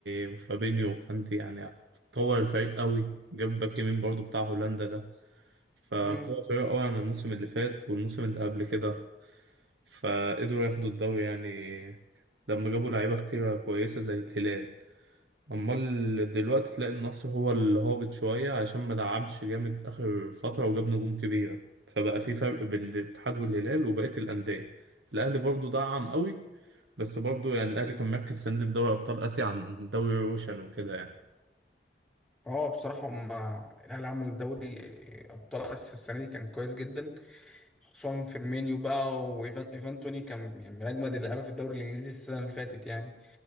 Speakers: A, on the right (about 85°); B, in the centre.
A: وفابينيو وكانتي يعني طور الفريق قوي جاب باك يمين برضه بتاع هولندا ده فقوة
B: مم.
A: قوية أوي عن الموسم اللي فات والموسم اللي قبل كده فقدروا ياخدوا الدوري يعني لما جابوا لعيبة كتيرة كويسة زي الهلال أمال دلوقتي تلاقي النصر هو اللي هابط شوية عشان ما دعمش جامد آخر فترة وجاب نجوم كبيرة فبقى في فرق بين الاتحاد والهلال وبقية الأندية الأهلي برضو دعم قوي بس برضو يعني الأهلي كان مركز السنة دي في دوري أبطال آسيا عن دوري روشن وكده يعني
B: اه بصراحة مع الأهلي عمل دوري أبطال آسيا السنة دي كان كويس جدا خصوصا فيرمينيو بقى وإيفان إيفان توني كان يعني من أجمد اللعيبة في الدوري الإنجليزي السنة اللي فاتت يعني